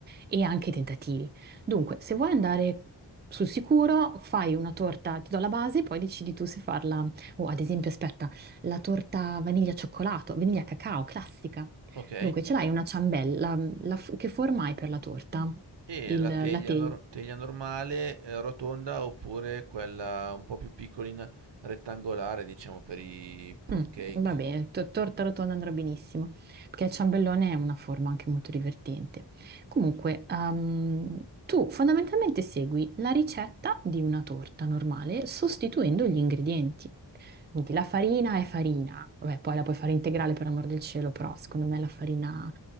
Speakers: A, on the right (about 25°); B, on the right (about 75°).
A: e anche tentativi. Dunque, se vuoi andare sul sicuro, fai una torta, ti do la base, poi decidi tu se farla. O ad esempio, aspetta, la torta vaniglia cioccolato, vaniglia cacao, classica.
B: Ok,
A: Dunque, ce l'hai una ciambella, la- la f- che forma hai per la torta?
B: e
A: Il,
B: la
A: la
B: teglia,
A: teglia?
B: nor- teglia normale, eh, rotonda, oppure quella un po' più piccolina, rettangolare, diciamo, per i plum
A: Mm,
B: cake?
A: va bene, to- torta rotonda andrà benissimo, perché il ciambellone è una forma anche molto divertente. Comunque, ehm, tu fondamentalmente segui la ricetta di una torta normale sostituendo gli ingredienti. Quindi la farina è farina, vabbè, poi la puoi fare integrale per amor del cielo, però secondo me la farina